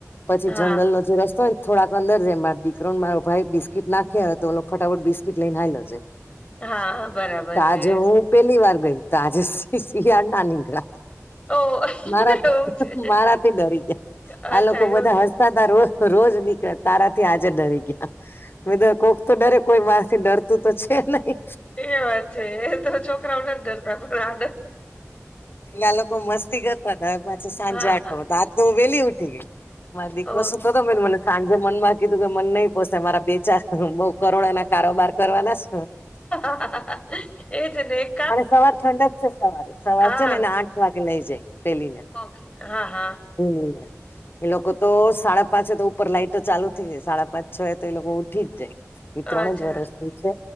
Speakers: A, on the left; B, on the left.
A: પછી
B: હા.
A: જંગલનોો જે રસ્તો હોય. થોડાક અંદર છે મા દીકરોને મારો ભાઈ બિસ્કીટ નાખી હોય તો ઓ ફટાફટ બિસ્કીટ લઈને હાલ્યો જાય.
B: હા, બરાબર
A: તો
B: છે.
A: આજે હું પેલી વાર ગઈ ત આજે શિયાળ ના નીકળ
B: ઓહ!
A: મારા
B: એવું છે.
A: મારા થી ડરી જાય
B: અચ્છા
A: આ લોકો
B: એવું
A: બધા
B: થયું.
A: હસતાદાર હો. રોજ નીકળ્યા તારા થી આજે ડરી ગયા મે તો કોક તો ડરે કોઈ માથી ડરતું તો છે નહી.
B: એ વાત છે એ તો છોકરાઓ નથી, જ ડરતા પણ આડ
A: એટલે આ લોકો મસ્તી કરતા હતા પાછ સાંજે
B: હા,
A: આઠવા
B: હા.
A: આજ તો હું વેલી ઉઠી ગઈ મા દીકરો
B: ઓહ!
A: શું કર મે મને સાંજે મન માં કીધું કે મન નહી પોસે મારા બે ચાર બ કરોડો ના કારોબાર કરવાનાશ
B: <unintelligible> એ જને
A: અને સવાર ઠંડક જ છે સવારે સવાર
B: હા,
A: છે ને આઠ વાગે લઈ જાય પેલીને
B: ઓકે. હા, હા.
A: <unintelligible> એ લોકો તો સાડા પાંચ તો ઉપર લાઈટ ચાલુ થઈ જાય સાડા પાંચ છ તો એ લોકો ઉઠી જ જાય. એ ત્રણ
B: અચ્છા.
A: જ વરષની છે,